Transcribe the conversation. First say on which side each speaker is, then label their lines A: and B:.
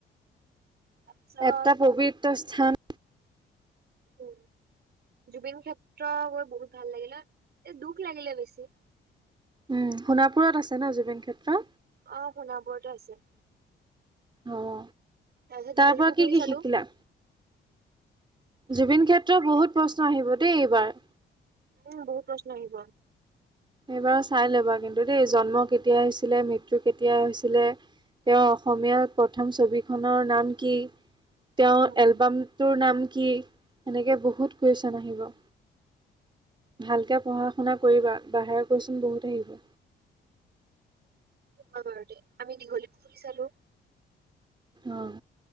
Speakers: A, on the right; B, on the right.
A: তাৰপিছত
B: এটা পবিত্ৰ স্থান।
A: উম, জুবিন ক্ষেত্ৰ গৈ বহুত ভাল লাগিলে, এ, দুখ লাগিলে বেছি।
B: উম, সোণাপুৰত আছে ন জুবিন ক্ষেত্ৰ?
A: অ', সোণাপুৰতে আছে।
B: অহ,
A: তাৰপিছত
B: তাৰ
A: দীঘলী
B: পৰা
A: পুখুৰী
B: কি কি
A: চালো।
B: শিকিলা? জুবিন ক্ষেত্ৰ বহুত প্ৰশ্ন আহিব দেই, এইবাৰ।
A: উম, বহুত প্ৰশ্ন আহিব।
B: এইবাৰ চাই ল'বা কিন্তু দেই, জন্ম কেতিয়া হৈছিলে, মৃত্যু কেতিয়া হৈছিলে? তেওঁৰ অসমীয়াৰ প্ৰথম ছবিখনৰ নাম কি? তেওঁৰ
A: উম।
B: এলবামটোৰ নাম কি? সেনেকে বহুত কুৱেশ্যন আহিব। ভালকে পঢ়া-শুনা কৰিবা, বাহিৰা কুৱেশ্যন বহুত আহিব।
A: <unintelligible> আমি দীঘলীপুখুৰী চালো।
B: অহ,